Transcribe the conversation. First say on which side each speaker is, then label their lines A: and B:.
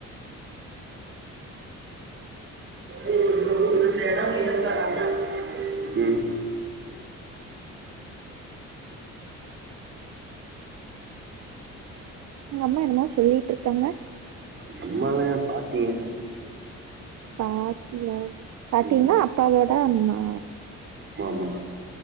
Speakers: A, on the right (about 40°); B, on the right (about 60°).
A: ஏ இப்ப இந்த எடோ <inaudible> ம்
B: உங்க அம்மா என்னமோ சொல்லிட்டு இருக்காங்க
A: நம்மள பாட்டிங்க
B: பாட்டியா பாட்டினா
A: ம்
B: அப்பாவோட அம்மா
A: மாமா